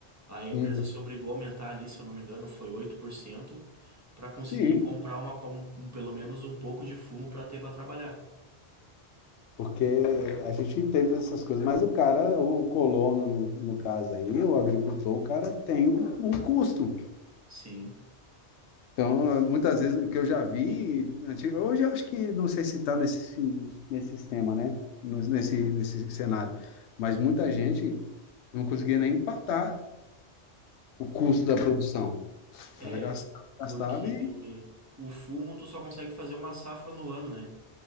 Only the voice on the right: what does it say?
Aí a
empresa se obrigou a aumentar ali, se eu não me engano, foi 8% para conseguir
comprar uma, pa- um- pelo menos um pouco de fumo para ter para trabalhar.
Sim.
É,
porque
o fumo tu só consegue fazer uma safra no ano, né?